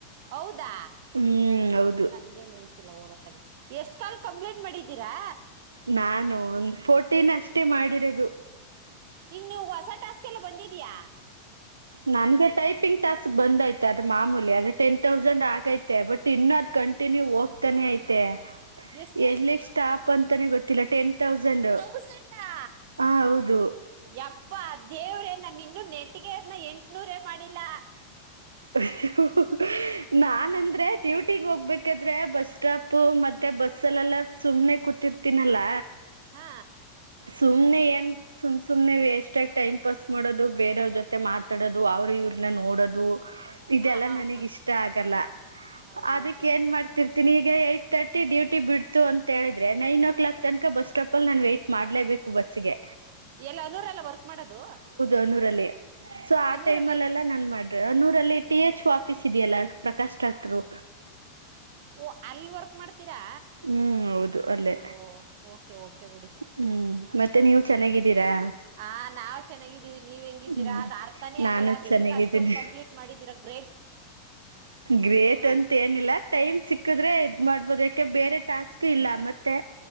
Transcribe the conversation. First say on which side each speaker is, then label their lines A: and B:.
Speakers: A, on the right (about 50°); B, on the right (about 75°).
A: ಹೌದಾ
B: ಹ್ಮ್ ಹೌದು
A: ನನ್ಗೇನ್ ನೆನಪಿಲ್ಲ ಹೋಗತ್ತಾಗೆ ಎಷ್ಟ್ ಕಲ್ ಕಂಪ್ಲೇಂಟ್ ಮಾಡಿದ್ದೀರಾ.
B: ನಾನು ಒಂದ್ ಫೋರ್ಟೀನ್ ಅಷ್ಟೇ ಮಾಡಿರೋದು.
A: ಈಂಗ ನೀವು ಹೊಸ ಟಾಸ್ಕ್ ಎಲ್ಲ ಬಂದಿದ್ಯಾ.
B: ನನ್ಗೆ ಟೈಪಿಂಗ್ ಟಾಸ್ಕ್ ಬಂದೈತೆ ಅದ ಮಾಮೂಲಿ ಅದು ಟೆನ್ ತೌಸಂಡ್ ಆಗೈತೆ ಬಟ್ ಇನ್ನ ಅದ್ ಕಂಟಿ ಕಂಟಿನ್ಯೂ ಹೋಗ್ತನೆ ಐತೆ.
A: ಎಷ್ಟು
B: ಎಲ್ಲಿಗ್
A: ಎಷ್ಟು
B: ಸ್ಟಾಪ್ ಅಂತಾನೆ ಗೊತ್ತಿಲ್ಲ ಟೆನ್ ತೌಸಂಡ್.
A: ಟೌಸಂಡಾ
B: ಹ ಹೌದು
A: ಯಪ್ಪಾ ದೇವ್ರೇನ ನಿನ್ನ ನೆಟ್ಟಿಗೆ ಅದ್ನ್ನ ಎಂಟು ನೂರೇ ಮಾಡಿಲ್ಲಾ
B: ಅ <unintelligible> ನಾನ್ಂದ್ರೆ ಡ್ಯೂಟಿಗ್ ಹೋಗ್ಬೇಕಾದ್ರೆ ಬಸ್ ಸ್ಟಾಪ್ ಮತ್ತೆ ಬಸ್ಲ್ಲೆಲ್ಲ ಸುಮ್ನೆ ಕು ತಿರ್ತೀನಲ್ಲ
A: ಹಾ
B: ಸುಮ್ನೆ ಏನ್ ಸುಮ್ ಸುಮ್ನೆ ವೆಸ್ಟ್ ಆಗಿ ಟೈಮ್ ಪಾಸ್ ಮಾಡೋದು ಬೇರೆಯವ್ರ ಜೊತೆ ಮಾತಾಡೋದು ಅವರು ಇವ್ರನ್ನ ನೋಡೋದು ಇದೆಲ್ಲಾ
A: ಹಾ ಹಾ
B: ನನಗ
A: ಹಾ
B: ಇಷ್ಟ ಆಗಲ್ಲ
A: ಹೌದು
B: ಅದಕ್ಕ
A: ಓಕೆ
B: ಏನ್ ಮಾಡ್ತ ತಿರ್ತೀನಿ ಈಗ ಏಯಟ್ ತರ್ಟಿ ಡ್ಯೂಟಿ ಬಿಡ್ತು ಅಂತ ಹೇಳಿದ್ರೆ ನೈನ್ ಓ ಕ್ಲಾಕ್ ತನಕ ಬಸ್ ಸ್ಟಾಪ ಅಲ್ಲಿ ನಾನು ವೆಯಟ್ ಮಾಡಲೇಬೇಕು ಕು ಬಸ್ಗೆ
A: ಎಲ್ಲ ಅನೂರ ಅಲ್ಲ ವರ್ಕ್ ಮಾಡೋದು
B: ಆನೂರಲ್ಲಿ ಸೊ ಆ
A: ಅನೂರಲ್ಲಿ
B: ಟೈಮ ಅಲ್ಲ ಎಲ್ಲಾ ನಾನ್ ಮಾಡ್ತಾ ಅನೂರು ರಲ್ಲಿ ಟಿಎಚ್ಒ ಆಫೀಸ್ ಇದೆಯಲ್ಲ ಪ್ರಕಾಶ್ ಡಾಕ್ಟರು
A: ಓ ಅಲ್ಲಿ ವರ್ಕ್ ಮಾಡ್ತೀರಾ
B: ಹ್ಮ್ ಹೌದು ಅಲ್ಲೇ
A: ಓ ಓಕೆ ಓಕೆ ಬಿಡಿ
B: ಹ್ಮ್ ಮತ್ತೆ ನೀವು ಚೆನ್ನಾಗಿದ್ದೀರಾ
A: ಹ ನಾವ್ ಚೆನ್ನಾಗಿದ್ದೀವಿ ನೀವ ಹೆಂಗಿದ್ದೀರಾ
B: ಹ್ಮ್
A: ಅ್ ಅರ್ಥಾನೇ
B: ನಾನು
A: ಆಗಲ್ಲ ಅದು
B: ಚೆನ್ನಾಗಿದ್ದೀನಿ
A: ಹೆಂಗ ಅಷ್ಟೊಂದ ಕಂಪ್ಲೀಟ್ ಮಾಡಿದೀರಾ ಗ್ರೇಟ್
B: ಗ್ರೇಟ್
A: ಹ
B: ಅಂತ ಏನಿಲ್ಲ ಟೈಮ್ ಸಿಕ್ಕದ್ರೆ ಇದ್ ಮಾಡ್ಬೋದ ಬೇರೆ ಟಾಸ್ಕ್ ಇಲ್ಲ ಮತ್ತೆ